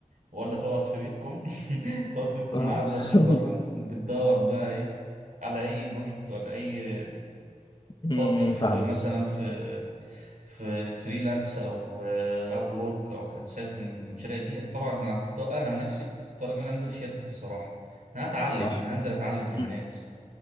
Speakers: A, on the right; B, on the left.
A: ولا تقعد في بيتكم <laughs> تقعد في بيتكم
B: آه.
A: معزز
B: <laughs>
A: مكرم بتدور بقى ايه على اي بروجكت ولا اي
B: أمم،
A: تاسك في
B: فاهمك
A: مثلا في في فريلانس او اب وورك او خمسات من المشاريع دي طبعا انا هختار انا نفسي اختار ان انا انزل شركه الصراحه انا هتعلم
B: صح
A: انا هنزل اتعلم من
B: مم.
A: الناس